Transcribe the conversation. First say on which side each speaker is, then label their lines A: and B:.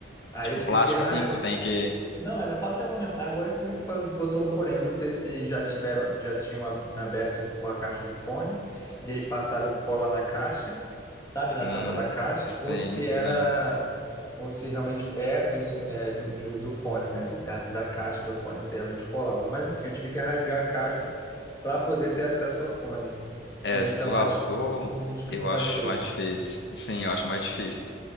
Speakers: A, on the left; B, on the left.
A: Aí
B: tipo
A: eu tive
B: plástico
A: que ra-
B: assim, que tu tem que.
A: não, era papelão mesmo. Agora você me faz- botou um porém. Eu não sei se já tiveram, já tinham ab- aberto a caixa do fone e aí passaram cola na caixa, sabe, na
B: Hum,
A: tampa da caixa,
B: sim,
A: ou se era,
B: sim.
A: ou se realmente é isso é, do, de- do fone, né, da, da caixa do fone ser realmente colada. Mas enfim, eu tive que rasgar a caixa para poder ter acesso ao fone.
B: É,
A: E aí
B: se
A: então
B: tu rasgou,
A: acho, hum, acho que
B: eu
A: não vai
B: acho
A: ter.
B: mais difícil. Sim, eu acho mais difícil.